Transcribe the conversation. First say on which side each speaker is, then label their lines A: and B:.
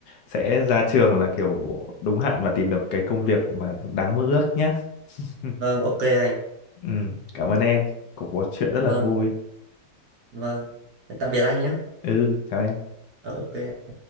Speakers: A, on the left (about 75°); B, on the right (about 60°).
A: sẽ ra trường là kiểu đúng hạn và tìm được cái công việc mà đáng mơ ước nhé <laughs>
B: vâng ok anh
A: Ừm, cảm ơn em cuộc trò chuyện rất
B: vâng
A: là vui
B: vâng tạm biệt anh nhé
A: ừ chào em
B: Ờ, ok